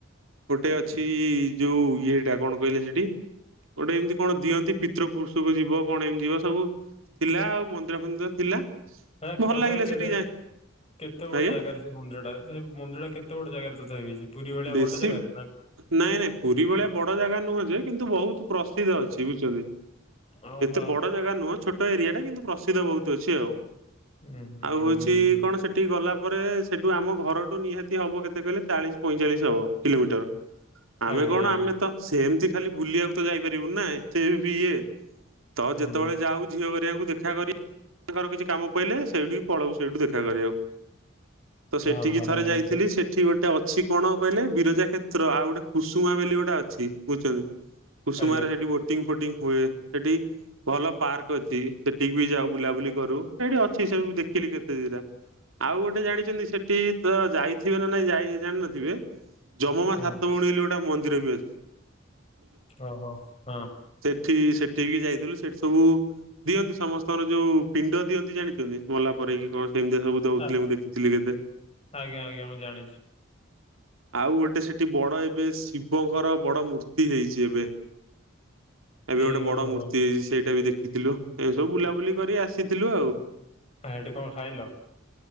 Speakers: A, on the right; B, on the left.
A: ଗୋଟେ ଅଛି ଯୋଉ ଇଏଟା କଣ କହିଲେ ସେଠି। ଗୋଟେ ଏମିତି କଣ ଦିଅନ୍ତି ପି ପିତ୍ର ପୁରୁଷକୁ ଯିବ କଣ ଏମିତି ଯିବ ସବୁ ଥିଲା ଆଉ ମନ୍ଦିର ଫନ୍ଦିର ଥିଲା।
B: ହେକ
A: ଭଲ
B: ତଥାପି
A: ଲାଗିଲା
B: କେଡେ
A: ସେଠିକି ଯାଏ
B: କେତେ ବଡ
A: ଆଜ୍ଞା
B: ଜାଗାରେ ସେ ମନ୍ଦିରଟା ସେ ମନ୍ଦିରଟା। କେତେ ବଡ ଜାଗାରେ ତଥାପି ହେଇଚି। ପୁରୀ ଭଳିଆ
A: ବେଶୀ
B: ବଡ ଜାଗାରେ ନା?
A: ନାଇଁ ନାଇଁ ପୁରୀ ଭଳିଆ ବଡ ଜାଗା ନୁହଁ ଯେ କିନ୍ତୁ ବହୁତ ପ୍ରସିଦ୍ଧ ଅଛି ବୁଝୁଚନ୍ତି।
B: ଓହୋ
A: ଏତେ ବଡ ଜାଗା ନୁହଁ। ଛୋଟ ଏରିଆ ଟା କିନ୍ତୁ ପ୍ରସିଦ୍ଧ ବହୁତ ଅଛି ଆଉ।
B: ହୁଁ ହୁଁ
A: ଆଉ ହୋଉଛି
B: ବୁଝୁଛି ବୁଝୁଛି।
A: କଣ ସେଠିକି ଗଲା ପରେ ସେଠୁ ଆମ ଘରଠୁ ନିହାତି ହବ କେତେ କହିଲେ। ଚାଳିଶ ପଇଁଚାଳିଶ ହବ କିଲୋମିଟର। ଆମେ
B: ଆଜ୍ଞା
A: କଣ
B: ଆଜ୍ଞା
A: ଆମେ ତ ସେମତି ଖାଲି ବୁଲିଆକୁ ଯାଇପାରିବୁନି ନା ଏତେ ବି ଇଏ। ତ
B: ହୁଁ
A: ଯେତେବେଳେ ଯାଉ ଝିଅ ହେରିକାଙ୍କୁ ଦେଖା କରି ତାଙ୍କର କିଛି କାମ ପଇଲେ ସେଇଠିକି ପଳଉ ସେଇଠୁ ଦେଖା କରିବାକୁ। ତ ସେଠିକି
B: ଓହୋ
A: ଥରେ ଯାଇଥିଲି
B: ଆଚ୍ଛା।
A: ସେଠି ଗୋ ଗୋଟେ ଅଛି କଣ କହିଲ ବିରଜା କ୍ଷେତ୍ର ଆଉ ଗୋଟେ କୁସୁମା ବୋଲି ଗୋଟେ ଅଛି ବୁଝୁଚନ୍ତି। କୁସୁମାରେ
B: ଆଜ୍ଞା
A: ସେଇଠି ବୋଟିଂ ଫୋଟିଂ ହୁଏ ସେଠି ଭଲ ପାର୍କ ଅଛି। ସେଠିକି ବି ଯାଉ ବୁଲାବୁଲି କରୁ। ସେଇଠି ଅଛି ସବୁ ଦେଖିଲି କେତେ ଦିରା। ଆଉ ଗୋଟେ ଜାଣିଚନ୍ତି। ସେଠି ତ ଯାଇଥିବେ ନା ନାଇଁ ଯା ଜାଣିିନଥିବେ। ଜମ ମା
B: ହୁଁ
A: ସାତ ଭଉଣୀ ବୋଲି ଗୋଟେ ମନ୍ଦିର ବି ଅଛି।
B: ଓ ହୋ ହଁ।
A: ଏଠି ସେଠିକି ଯାଇଥିଲୁ ସେଠି ସବୁ ଦିଅନ୍ତି। ସମସ୍ତଙ୍କର ଯୋଉ ପିଣ୍ଡ ଦିଅନ ଜାଣିଛନ୍ତି ମଲା ପରେକି କଣ? ପିନଡ ସବୁ ଦଉଥିଲେ
B: ଆ-
A: ମୁଁ ଦେଖିଥିଲି କେତେ?
B: ଆଜ୍ଞା ଆଜ୍ଞା ମୁଁ ଜାଣିଛି
A: ଆଉ ଗୋଟେ ସେଠି ବଡ ଏବେ ଶିବଙ୍କର ବଡ ମୂର୍ତ୍ତି ହେଇଚି ଏବେ।
B: କି
A: ଏବେ ଗୋଟେ ବଡ
B: ଓହୋ
A: ମୂର୍ତ୍ତି ହେଇଚି। ସେଇଟା ବି ଦେଖିଥିଲୁ ଏଇ ସବୁ ବୁଲାବୁଲି କରିକି ଆସିଥିଲୁ ଆଉ।
B: ଆଉ ହେଟି କଣ ଖାଇଲ।